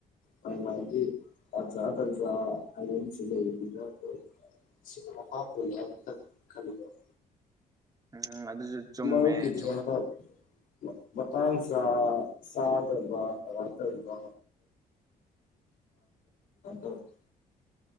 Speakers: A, on the left; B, on the right.
A: ꯃꯥꯏ ꯃꯥꯥꯏꯒꯤ ꯇꯥꯟꯖꯥ ꯇꯟꯖꯥ ꯍꯥꯏꯕꯝꯁꯨ ꯂꯩꯕꯅꯤꯅ ꯁꯤꯒꯤ ꯃꯈꯥ ꯄꯣꯜꯂꯤ ꯈꯜꯂꯤꯗ <inaudible>
B: ꯎꯝ ꯑꯗꯨꯁꯨ ꯆꯨꯝꯃꯦ
A: ꯝꯧꯎ ꯀꯤꯗꯦ
B: ꯆꯨꯝ
A: ꯍꯥꯎ <inaudible> <unintelligible> ꯃꯇꯥꯡ ꯆꯥ ꯆꯥꯗꯕ ꯀꯃꯥꯏ ꯇꯩꯔꯤꯅꯣ <unintelligible> <inaudible>